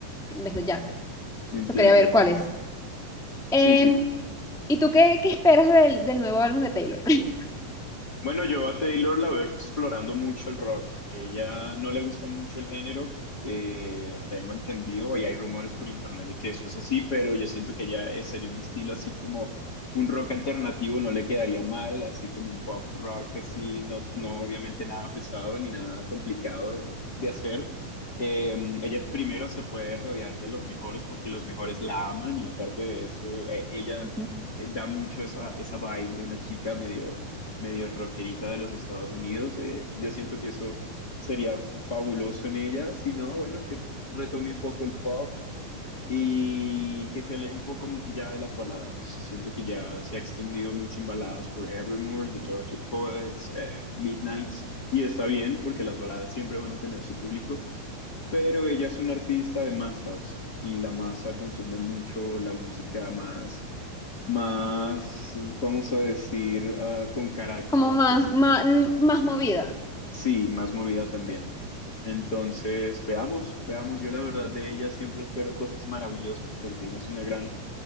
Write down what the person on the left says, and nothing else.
entiendo.
Sí, sí,
Bueno, yo a Taylor la veo explorando mucho el rock. Ella no le gusta mucho el género, eh, tengo entendido, y hay rumores por internet de que eso es así, pero yo siento que ya sería un estilo así como un rock alternativo, no le quedaría mal, así como un pop rock, así, no, no obviamente nada pesado ni nada complicado de hacer. Eh, ella primero se puede rodear de los mejores porque los mejores la aman y aparte de eso, eh, ella
eh, da mucho esa, esa vibe de una chica medio medio rockerita de los Estados Unidos. eh, yo siento que eso sería fabuloso en ella, si no, bueno, que retome un poco el pop y que se aleje un poco ya de las baladas. Siento que ya se ha extendido mucho en baladas por Evermore, The Tortured Poets, eh, Midnights, y está bien porque las baladas siempre van a tener su público, pero ella es una artista de masas y la masa consume mucho la música más, más, vamos a decir, ah, con carácter,
con,
sí, más movida también. Entonces, veamos, veamos, yo la verdad de ella siempre espero cosas maravillosas porque ella es una gran,